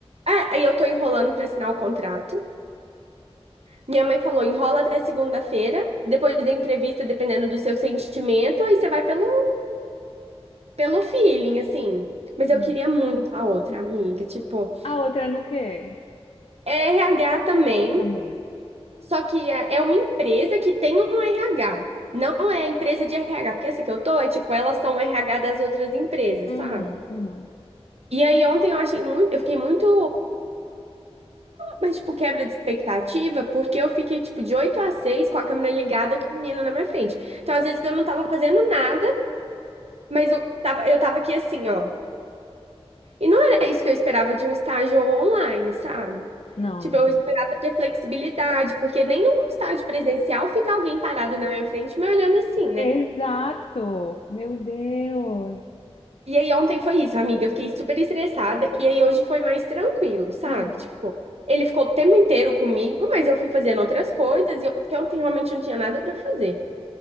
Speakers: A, on the right (about 70°); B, on the left (about 60°).
A: é, aí eu tô enrolando pra assinar o contrato. Minha mãe falou, enrola até segunda-feira, depois da entrevista, dependendo do seu sentimento, aí você vai pelo, pelo feeling, assim. Mas
B: Uhum.
A: eu queria muito a outra amiga, tipo,
B: A outra é no quê?
A: é RH também,
B: Também.
A: só que é é uma empresa que tem um RH, não é empresa de RH, porque essa que eu tô é tipo, elas são RH das outras empresas,
B: Uhum,
A: sabe?
B: uhum.
A: E aí ontem eu achei muito, eu fiquei muito Mas, tipo, quebra de expectativa, porque eu fiquei, tipo, de 8 a 6 com a câmera ligada com o menino na minha frente. Então, às vezes, eu não tava fazendo nada, mas eu tava, eu tava aqui assim, ó. E não era isso que eu esperava de um estágio online, sabe?
B: Não,
A: Tipo,
B: amiga.
A: eu esperava ter flexibilidade, porque nem num estágio presencial fica alguém parado na minha frente me olhando assim, né?
B: Exato! Meu Deus!
A: E aí ontem foi isso, amiga. Eu fiquei super estressada. E aí hoje foi mais tranquilo, sabe?
B: Uhum.
A: Tipo, ele ficou o tempo inteiro comigo, mas eu fui fazendo outras coisas. E eu, porque ontem realmente não tinha nada pra fazer.